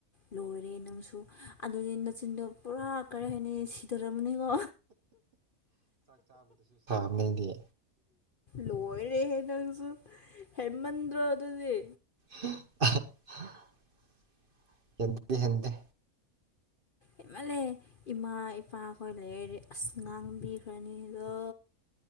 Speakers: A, on the left; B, on the right.
A: ꯂꯣꯏꯔꯦ ꯅꯪꯁꯨ ꯑꯗꯨꯗꯤ ꯃꯆꯤꯟꯗꯣ ꯄꯨꯔꯥ ꯀꯔꯤ ꯍꯥꯏꯅꯤ ꯁꯤꯊꯔꯝꯝꯕꯅꯤꯀꯣ
B: ꯃꯗꯤ
A: ꯂꯣꯏꯔꯦꯍꯦ ꯅꯪꯁꯨ ꯍꯦꯃꯟꯗ꯭ꯔꯣ ꯑꯗꯨꯗꯤ
B: <unintelligible> ꯍꯗꯤ ꯍꯦꯟꯗꯤ
A: ꯏꯃꯜꯂꯦ ꯏꯃꯥ ꯏꯄꯥꯈꯣꯏ ꯂꯩꯔꯦ ꯑꯁ ꯉꯥꯡꯕꯤꯈ꯭ꯔꯅꯤ ꯑꯗꯣ